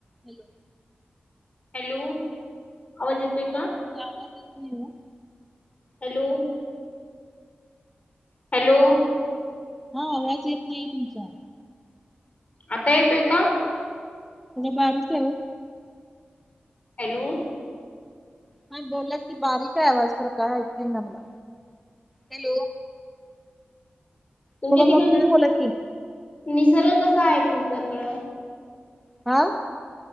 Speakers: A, in the centre; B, on the left.
A: Hello! <inaudible>
B: Hello! आवाज येतोय का?
A: तुमचा आवाज येत नाही ओ
B: हॅलो! हॅलो!
A: हा आवाज येत नाहीे तुमचा.
B: आता येतोय का?
A: म्हणजे बारीक हाय ओ.
B: हॅलो!
A: ह बोला‌ की बारीक आहे आवाज खरं काय ऐकु‌‌ ई ना मला, हॅलो.
B: तुमच्या
A: थोडं
B: तिकडे
A: मोठ्याने
B: निस,
A: बोला की
B: निसर्ग कसा आहे तुमच्याकडं?
A: हा.